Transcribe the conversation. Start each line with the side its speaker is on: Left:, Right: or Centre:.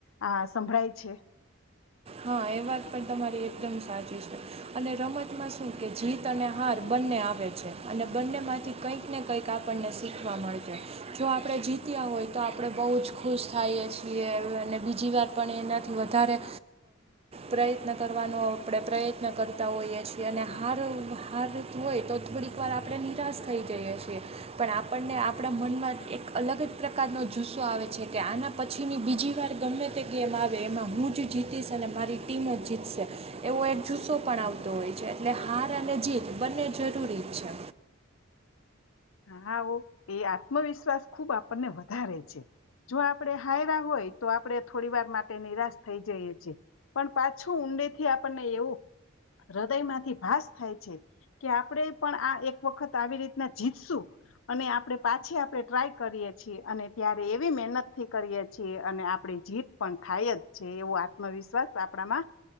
Left: આ સંભળાય છે
Right: હા એ વાત પણ તમારી એકદમ સાચી છે અને રમતમાં શું કે જીત અને હાથ બંને આવે છે અને બંનેમાંથી કંઈક ને કંઈક આપણને શીખવા મળશે જો આપણે જીત્યા હોય તો આપણે બહુ જ ખુશ થઈએ છીએ અને બીજી વાર પણ એનાથી વધારે પ્રયત્ન કરવાનો આપણે પ્રયત્ન કરતા હોઈએ છીએ અને હાર હાર હોય તો થોડીક વાર આપણે નિરાશ થઈ જઈએ છીએ પણ આપણને આપણા મનમાં એક અલગ જ પ્રકારનો જુસ્સો આવે છે કે આના પછીની બીજી વાર ગમે તે ગેમ આવે એમાં હું જ જીત મારી ટીમ જ જીતશે એવો એક જુસ્સો પણ આવતો હોય છે એટલે હાર અને જીત બંને જરૂરી જ છે
Left: હા આવો એ આત્મવિશ્વાસ ખુબ આપણને વધારે છે જો આપણે હારરા હોય તો આપણે થોડી વાર માટે નિરાશ થઈ જઈએ છેી પણ પાછું ઊંડે થી આપણને એવું હૃદયમાંથી ભાસ થાય છે કે આપણે પણ આ એક વખત આવી રીતના જીતશું અને આપણે પાછી આપણે ટ્રાય કરીએ છીએ અને ત્યારે એવી મહેનત થી કરીએ છીએ અને આપણે જીત પણ થાય જ છે એવો આત્મવિશ્વાસ આપણામાં